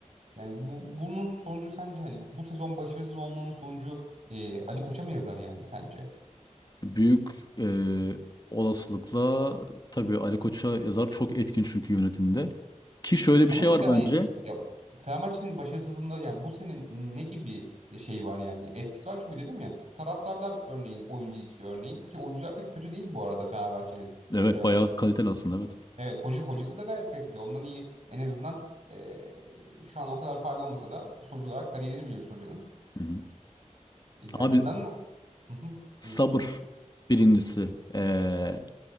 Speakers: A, on the right; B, on the left.
A: Yani bu, bunun sonucu sence hani bu sezon başarısız olmanın sonucu e, Ali Koç'a mı yazar yani sence?
B: Büyük eee, olasılıkla tabii Ali Koç'a yazar çok etkin çünkü yönetimde. Ki şöyle bir
A: Ama
B: şey
A: işte
B: var
A: hayır.
B: bence.
A: Ya Fenerbahçe'nin başarısızlığında yani bu senin ne gibi e, şey var yani etkisi var çünkü dedim ya taraftarlar örneğin oyuncu istiyor örneğin ki oyuncular da kötü değil bu arada Fenerbahçe'nin.
B: Evet
A: Ee,
B: bayağı kaliteli aslında evet.
A: evet hoca hocası da gayet kaliteli. Ondan iyi en azından ee, şu an o kadar faal olmasa da sonuç olarak kariyerini biliyorsun hocanın.
B: Hı hı.
A: E, Yani
B: Abi
A: neden Hı hı,
B: sabır
A: buyur.
B: birincisi. Eee,